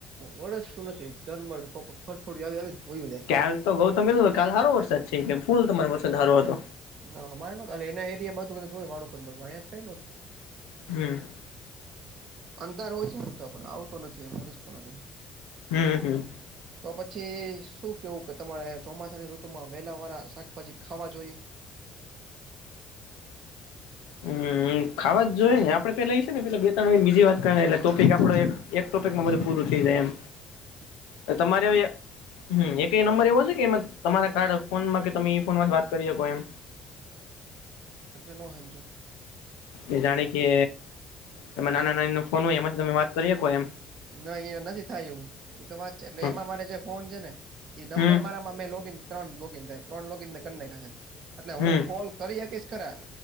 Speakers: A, on the right (about 55°); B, on the left (about 75°).
A: વળસતું જરમર ફરફડી આવી આવે ને વયો જાય.
B: ક્યાાલ તો ગૌતમ કધું કાલ સારો વરસાદ છે કે ફૂલ તમારો પસંદ હ સારો હતો.
A: ના અમારે એના એરિયા બા વાહીયા કઈ નતું
B: હમ
A: અંધાર હોય છે સરખા પણ આવતો નથી એરેસતો નથી
B: હમ હમ
A: તો શું કેવું તમારે ચોમાસાની ઋતુમાં વહેલા વાળા શાકભાજી ખાવા જોઈએ.
B: હમ ખાવા જ જોઈએ નેડેલા ઈ છે ને પેલા બે ત્રણ મિની બીજી વાતટ ટોપિક આપડ એકોપિકમાંધ પૂરું થઈ જાય એમ
A: હ <inaudible>
B: એ તો મારે હમ એક નંબર એવો છે કે તમારા કાર્ડ ફોનમાં કે તમે ઈ ફોન થી વાત કરી શકો એમ.
A: એટલે નો હમજ્યો.
B: એ જાણે કે એમાં નાના નાની નો ફોન હોય એમાંથી તમે વાત કરી શકો એમ.
A: નહી એ નથી થાય એવું, એ તો વાત છે એટલે
B: હમ
A: એમાં મારે જે ફોન છે ને એ નંબર
B: હમ
A: મારા માં ત્રન લોગીન થાય ત્રન લોગીન મે કર નાખ્યા, એટલે હું
B: હમ
A: કોલ કરી શકીશ ખરા.